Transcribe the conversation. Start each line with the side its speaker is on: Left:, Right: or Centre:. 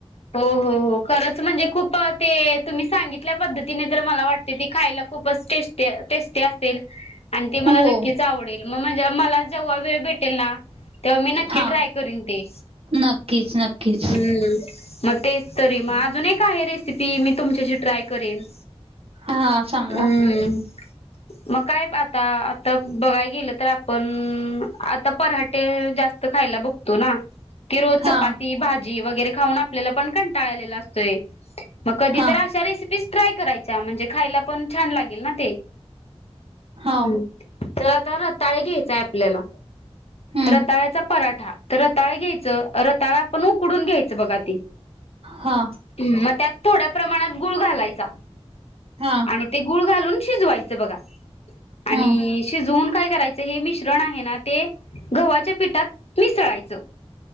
Left: हो हो हो खरंच म्हणजे खूप ते तुम्ही सांगितल्या पद्धतीन तिने तर मला वाटतय ती खायला खूपच टेस्टी, टस्ट. ते असेल. आणि ते मला
Right: हो.
Left: नक्कीच आवडेल मग म्हणजे मला जेव्हा वेळ भेटेल ना. तेव्हा मी नक्की
Right: हा
Left: ट्राय करीन ते
Right: नक्कीच नक्कीच
Left: हम्म. मग तेच तरी मग अजून एक आहे रेसिपी मी तुमच्याशी ट्राय करेन.
Right: हा सांगा
Left: हम्म‌. मग काय आता, आता बघाय गेलं तर आपण आता पराटे. जास्तत खायला बघतो ना. की रोज
Right: हा
Left: चपाती भाजी वगैरे खाऊन आपल्याला पण कंटाळ आलेला असतोय. मग कधी
Right: हा
Left: तर अशा रेसिपीज ट्राय करायच्या म्हणजे खायला पण छान लागेल ना ते.
Right: हो
Left: हम्म, तर आता रताळे घ्यायचाय आपल्याला.
Right: हम्म
Left: रताळ्याचा पराठा,, तर रताळा घ्यायचं रताळा आपण उकडून घ्यायचं बघा ते.
Right: हा
Left: मग त्यात थोड्या प्रमाणात गुळ घालायचा.
Right: हा
Left: आणि ते गुळ घालून शिजवायचं बघा आणि
Right: हा
Left: शिजवून. काय करायच हे मिश्रण आहे ना ते गव्हाच्या पिठात मिसळायचं.